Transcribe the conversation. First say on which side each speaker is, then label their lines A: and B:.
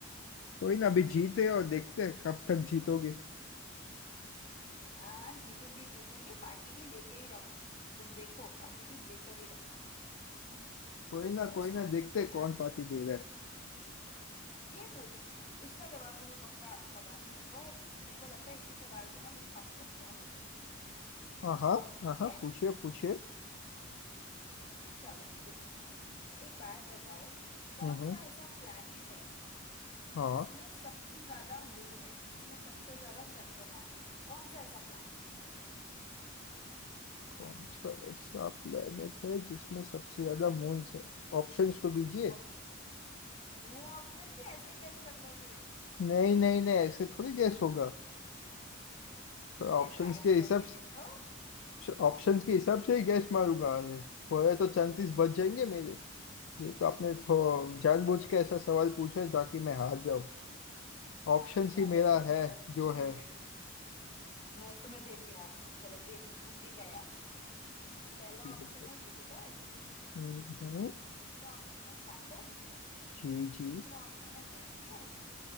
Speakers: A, on the left; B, on the left.
A: कोई ना अभी जीते और देखते हैं कब तक जीतोगे
B: हाँ जीतूंगी जीतूंगी पार्टी भी लेके ही रहूंगी तुम देखो पार्टी भी लेकर ही रहूंगी
A: कोई ना
B: अच्छा
A: कोई ना देखते हैं कौन पार्टी दे रहा है
B: ये पूछती हूँ इसका जवाब तुम्हें पक्का पता नहीं होगा और मेरे को लगता है इसी सवाल से ना मेरी पार्टी कंफर्म हो जाएगी
A: हाँ हाँ
B: ठीक
A: हाँ
B: है
A: पूछिए पूछिए
B: चलो रुको एक बात बताओ कौन
A: हम्म
B: सा ऐसा प्लैनेट है
A: हाँ
B: जिसमें सबसे ज्यादा मून है जिसमें सबसे ज्यादा चंद्रमा है कौन सा ऐसा प्लैनेट है
A: कौन सा ऐसा प्लेनेट है जिसमें सबसे ज्यादा मून्स है ऑप्शंस तो दीजिए
B: ऑप्शन दूं ऑप्शन कि ऐसे ही गैस कर लोगे
A: नहीं नहीं नहीं ऐसे थोड़ी गैस होगा थोड़ा
B: अरे
A: ऑप्शंस
B: ट्राई
A: के
B: तो
A: हिसाब
B: करके देखो
A: ऑप्शंस के हिसाब से ही गैस मारूंगा अरे, थोड़े तो चांसेस बच जाएंगे मेरे ये तो आपने थो
B: चलो
A: जानबूझ
B: ठीक
A: के ऐसा सवाल पूछा है ताकि मैं हार जाऊं ऑप्शंस
B: चलो
A: ही मेरा
B: ठीक
A: है
B: है मैं शुरू
A: जो है
B: करती हूँ मैं तुम्हें देती हूँ ऑप्शन चलो देती हूँ तुम भी क्या याद रखोगे पहला
A: ठीक
B: ऑप्शन
A: है।
B: है जुपिटर
A: हम्म, हम्म,
B: दूसरा ऑप्शन है सैटर्न
A: जी जी
B: तीसरा ऑप्शन है नेपट्यून